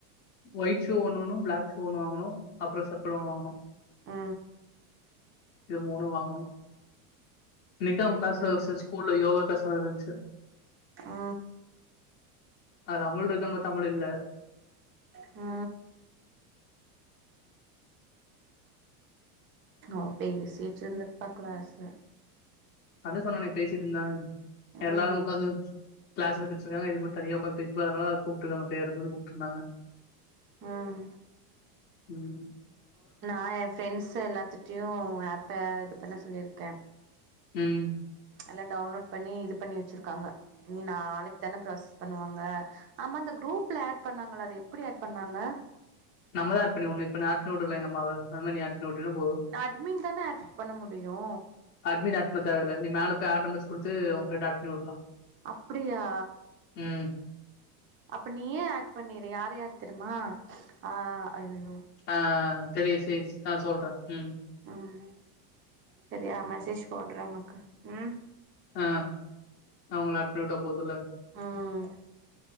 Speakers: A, on the left; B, on the right.
A: ஒயிட் ஷூ ஒன்னு ஒணு பிளாக் ஷு ஒன்னு வாங்கணு அப்புறோ செபள் ஒன்னு வாங்கணு
B: ஆ
A: இது மூணு வாங்கணு இன்னைகுதா உன் கிளாஸ்
B: வாங்கிட்டு
A: ஸ்கூல்ல யோகா கிளாஸ் இருந்துச்சு
B: ஆ
A: அல அ மிழ் இருக்கனு பாத்தா தமிழ் இல்ல
B: ஆ அவ பேசிட்டுருந்துப்பா கிளாஸ்ல
A: அத சொன்னேனே பேசிட்டு இருந்தா
B: ம்
A: எல்லாரு உக்காந்து கிளாஸ் எடுத்துட்டு இருக்காங்க இது மட்டு தனியா உக்கந்து பேஸ்ருப்பா அதனால கூப்ட்ருகாங்க பேர கூப்பட்டு இருகாங்க
B: ம்
A: உம்
B: நா எ ஃப்ரெண்ட்ஸ் எல்லாத்துட்டயு ஆப்பே இது பண்ண சொல்லியிருக்க
A: ம்
B: எல்லா டவுன்லோட் பண்ணி இது பண்ணி வச்சிருக்காங்க இனி நாளைக்கு தான ப்ராசஸ் பண்ணுவாங்க ஆமா இந்த குரூப்புல ஆட் பண்ணாங்கள அத எப்டி ஆட் பண்ணாங்க
A: நம்ம தா ஆட் பண்ணி வுட்னு இப்ப நா ஆட் பண்ணி வுட்டேன்ல எங்க அம்மாவ அது மாரி நீ ஆட் பண்ணி உட்டேனா போது
B: அட்மின் தான ஆட் பண்ண முடியு
A: அட்மின் ஆட் பண்ண தேவ இல்ல நீ மேல போய் ஆட்நம்பர்ஸ்ஸ கொடுத்து உங்க ஃப்ரண்ட ஆட்பண்ணி உடலா
B: அப்டியா
A: ம்
B: அப்ப நீயே ஆட் பண்ணிரு யார் யாரு தெரியுமா ஆ அயயோ
A: ஆ தெரியு சிஸ் நாசொல்றே ம்
B: ம் சரியா மெசேஜ் போடுறே உனக்கு ம்
A: ஆ நா உங்கள ஆட் பண்ணி விட்டா போதுல்ல
B: ம்